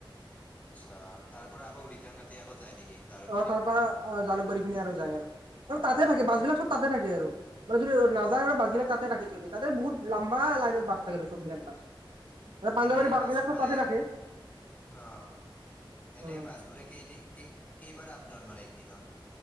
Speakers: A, on the left (about 20°); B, on the right (about 70°).
A: আচ্ছা তাৰ পৰা আকৌ ৰিটাৰ্ণ কাটি আকৌ যায় নেকি জাৰকবালি
B: অ তাৰ
A: ফালে
B: পৰা অ জালুকবাৰী পিনে আৰু যায় আৰু আৰু তাতে থাকে বাছ বিলাক চব তাতে থাকে আৰু মানে যদি নাযায় আৰু বাছবিলাক
A: অ
B: তাতে ৰাখি থৈ দিয়ে তাতে বহুত লাম্বা লাইনত বাছ থাকে ৰ চববিলাক বাছ পাঞ্জাবাৰী
A: এনেই
B: বাছবিলাক
A: বাসপাই
B: চব তাতে ৰাখে
A: অ
B: অ
A: এনে বাছবোৰে কেইদি কি কেইবাৰা আপ ডাউন মাৰে একদিনত